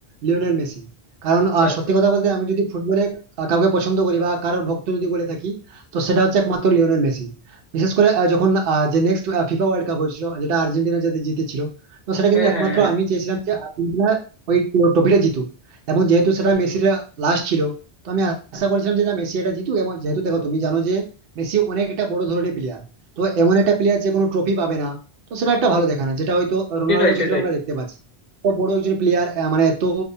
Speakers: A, on the right; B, on the left.
A: লিওনেল মেসি কারণ
B: আচ্ছা
A: আহ,
B: আচ্ছা
A: সত্যি কথা বলতে আমি যদি ফুটবলে আহ, কাউকে পছন্দ করি বা কারোর ভক্ত যদি বলে থাকি তো সেটা হচ্ছে একমাত্র লিওনেল মেসি বিশেষ করে আহ, যখন আহ, যে নেক্সট ফিফা ওয়ার্ল্ড কাপ হয়েছিল যেটা আর্জেন্টিনা যাতে জিতেছিল তো সেটা কিন্তু
B: হ্যাঁ
A: একমাত্র
B: হ্যাঁ হ্যাঁ
A: আমি চেয়েছিলাম যে আর্জেন্টিনা ওই ট্রফিটা জিতুক এবং যেহেতু সেটা মেসির লাস্ট ছিল তো আমি আশা করেছিলাম যে না, মেসি এটা জিতুক এবং যেহেতু দেখো তুমি জানো যে মেসি অনেক একটা বড় ধরনের প্লেয়ার তো এমন একটা প্লেয়ার যে কোনো ট্রফি পাবে না তো সেটা একটা ভালো দেখা না যেটা হয়তো রোনাল্ডোর
B: সেটাই
A: ক্ষেত্রে
B: সেটাই
A: আমরা দেখতে পাচ্ছি এত বড় একজন প্লেয়ার মানে এত